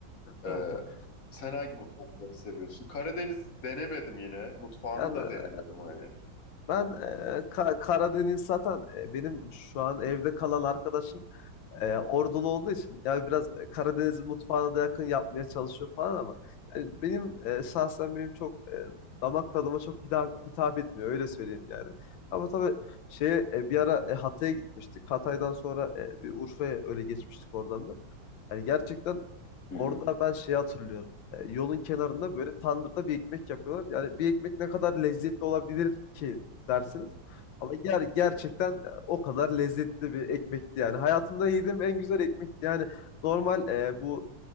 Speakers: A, on the left; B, on the left.
A: Ee,
B: Tabii tabii.
A: sen hangi mutfakları seviyorsun? Karadeniz denemedim yine. Mutfağını
B: Yani
A: da
B: e,
A: denemedim hani.
B: ben e, Ka- Karadeniz zaten e, benim şu an evde kalan arkadaşım e, Ordulu olduğu için yani biraz e, Karadeniz mutfağına da yakın yapmaya çalışıyor falan ama yani benim e, şahsen benim çok e, damak tadıma çok hitap, hitap etmiyor öyle söyleyeyim yani. Ama tabii şeye e, bir ara e, Hatay'a gitmiştik. Hatay'dan sonra e, bir Urfa'ya öyle geçmiştik oradan da. Yani gerçekten orada
A: Hı hı. <laughs>
B: ben şey hatırlıyorum. E, yolun kenarında böyle tandırda bir ekmek yapıyorlar. Yani bir ekmek ne kadar lezzetli olabilir ki dersiniz. Ama ger gerçekten e, o kadar lezzetli bir ekmekti yani. Hayatımda yediğim en güzel ekmekti. Yani normal e, bu